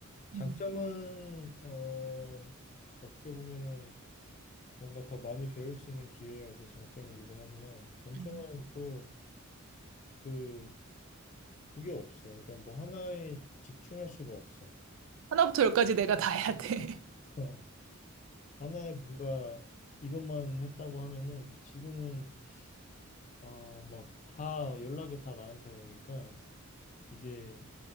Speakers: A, on the left; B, on the right.
A: 장점은,
B: 음,
A: 어, 어떻게 보면은 뭔가 더 많이 배울 수 있는 기회여서 장점이기도 하지만, 단점은
B: 음.
A: 또 그, 그게 없어. 그러니까 뭐 하나에 집중할 수가 없어.
B: 하나부터 열까지 내가 다 해야 돼.
A: 어,
B: <laughs>
A: <laughs> 어, 하나에 뭔가 이것만 했다고 하면은 지금은 아, 막 다 연락이 다 나한테 오니까 이게